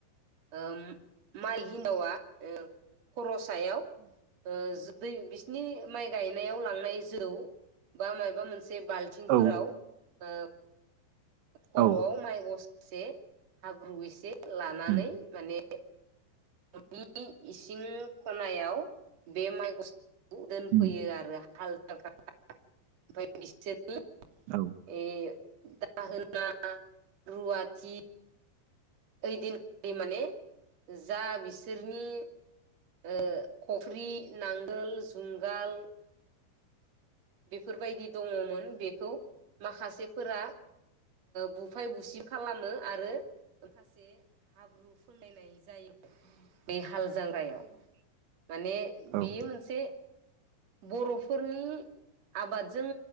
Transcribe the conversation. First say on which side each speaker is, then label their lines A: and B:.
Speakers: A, on the right (about 45°); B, on the right (about 85°).
A: ओम माइ हिनदावा खरस थायाव ओ दै बिसिनि माइ गायनायाव लांनाय जौ बा मा मोन से बालथिंफोराव
B: औ
A: ओ खर'आव
B: औ
A: माइ गस से हाब्रु एसे लानानै
B: उम
A: माने <inaudible> न'नि इसिं खनायाव बे माइ गस खौ दोनफैयो
B: उम
A: आरो। हाल जाग्राफ्रा ओमफ्राय बिसोर <unintelligible>
B: औ
A: ए दाहोना रुवाथि ओइ दिन माने जा बिसोरनि ओ खफ्रि, नांगोल, जुंगाल बेफोरबायदि दङमोन बेखौ माखासेफोरा बुफाय बुसि खालामो आरो माखासे हाब्रु फोनलायनाय जायो बे हाल जांख्रायाव माने बेयो
B: औ
A: मोनसे बर'फो फोरनि आबादजों